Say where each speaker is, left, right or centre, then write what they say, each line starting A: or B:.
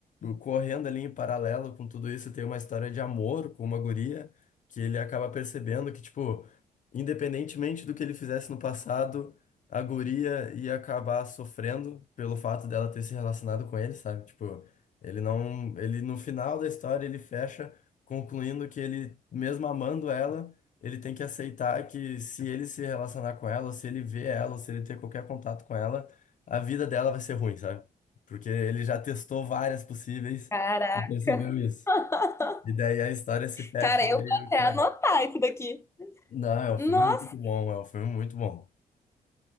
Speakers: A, on the left; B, on the left.
A: correndo ali em paralelo com tudo isso, tem uma história de amor com uma guria que ele acaba percebendo que, tipo, independentemente do que ele fizesse no passado, a guria ia acabar sofrendo pelo fato dela ter se relacionado com ele, sabe? Tipo, ele não, ele no final da história ele fecha concluindo que ele, mesmo amando ela, ele tem que aceitar que se ele se relacionar com ela, ou se ele ver ela, ou se ele ter qualquer contato com ela, a vida dela vai ser ruim, sabe? porque ele já testou várias possíveis
B: caraca.
A: e percebeu isso.
B: <laughs>
A: E daí a história se fecha
B: Cara, eu
A: meio
B: vou até
A: que
B: anotar
A: nele.
B: isso daqui.
A: Não, é um
B: Nossa,
A: filme muito bom, é um filme muito bom.